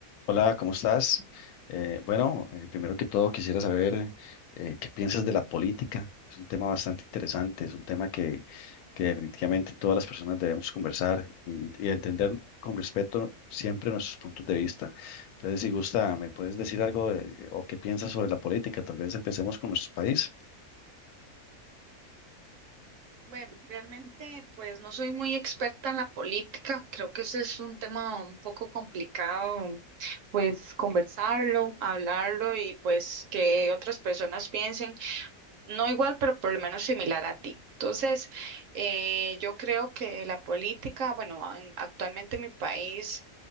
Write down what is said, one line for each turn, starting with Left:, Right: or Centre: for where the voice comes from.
Left: Hola, ¿cómo estás? Eh, bueno, eh, primero que todo quisiera saber eh, qué piensas de la política. Es un tema bastante interesante, es un tema que, que definitivamente todas las personas debemos conversar y, y entender con respeto siempre nuestros puntos de vista. Entonces, si gusta, ¿me puedes decir algo de- o qué piensas sobre la política? Tal vez empecemos con nuestro país.
Right: Bueno, realmente pues no soy muy experta en la política, creo que ese es un tema un poco complicado, pues conversarlo, hablarlo y pues que otras personas piensen, no igual, pero por lo menos similar a ti. Entonces, eh, yo creo que la política, bueno, en- actualmente en mi país